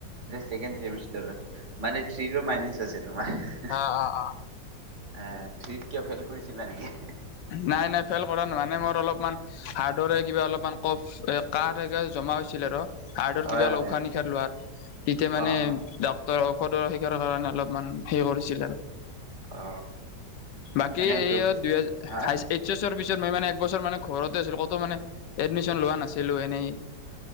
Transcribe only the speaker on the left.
অ অ অ
নাই নাই ফেইল কৰা নহানে মোৰ অলপমান হাৰ্ডৰে কিবা অলপমান কফ এ ক এ জমা হৈছিল আৰু। হাৰ্টৰ
কিবা
অ উশাহ নিশাহ লোৱাত তেতিয়া মানে
ডাক্তৰৰ। সঔদৰ শিকাৰৰ কাৰণে অলপমান হে কৰিছিল আৰু।
বাকী
এই দুই হেজাৰ।
এই পিছত মই মানে একবছৰ মানে ঘৰতে আছিলো কত মানে এডমিশন লোৱা নাছিলো এনেই।